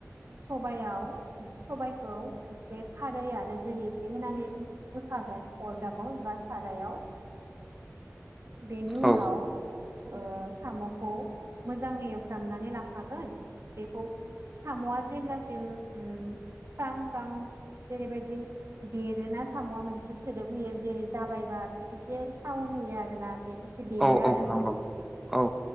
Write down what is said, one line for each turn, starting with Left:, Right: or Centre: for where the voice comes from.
Right: सबाइयाव सबाइखौ एसे खारै आरो दै एसे होनानै होखागोन अरदाबाव बा साराइयाव बेनि उनाव
Centre: औ
Right: ओ सामखौ मोजाङै एवफ्रामनानै लाखागोन बेखौ सामआ जेब्लासिम उम फ्राम फ्राम जेरैबायदि बेरोना सामआ मोनसे सोदोब होयो जेरै जाबायबा एसे साउन होयो आरोना बे एसे बेरो
Centre: औ
Right: आरो।
Centre: औ नंगौ औ